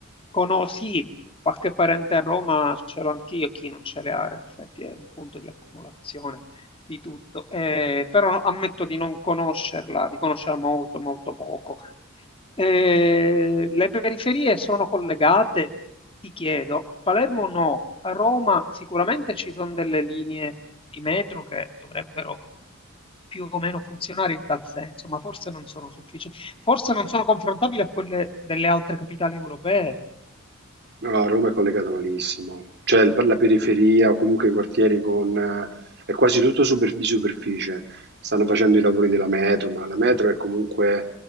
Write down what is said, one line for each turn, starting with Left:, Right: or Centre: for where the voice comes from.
Left: conosci qualche parente a Roma, ce l'ho anch'io, chi non ce l'ha, in effetti è un punto di accumulazione di tutto. Eh, però ammetto di non conoscerla, di conoscerla molto, molto poco. Eh, le periferie sono collegate? Ti chiedo. A Palermo no, a Roma sicuramente ci sono delle linee di metro che dovrebbero più o meno funzionare in tal senso, ma forse non sono sufficienti, forse non sono confrontabili a quelle delle altre capitali europee.
Right: No, no, Roma è collegata malissimo, cioè il- per la periferia
Left: Eh,
Right: o comunque i quartieri con... eh, è quasi tutto super- di superficie, stanno facendo i lavori della metro, ma la metro è comunque,